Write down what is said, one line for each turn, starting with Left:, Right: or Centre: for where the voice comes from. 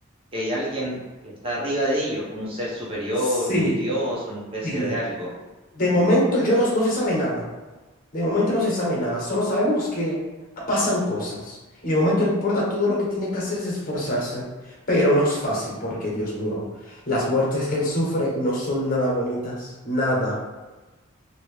Right: que hay alguien que está arriba de ellos, como un ser superior,
Left: Sí,
Right: un dios, una especie
Left: sí.
Right: de algo.
Left: De momento yo no, no se sabe nada. De momento no se sabe nada. Solo sabemos que pasan cosas. Y de momento él porta todo lo que tiene que hacer es esforzarse. Pero no es fácil porque, Dios mío, las muertes que él sufre no son nada bonitas. Nada.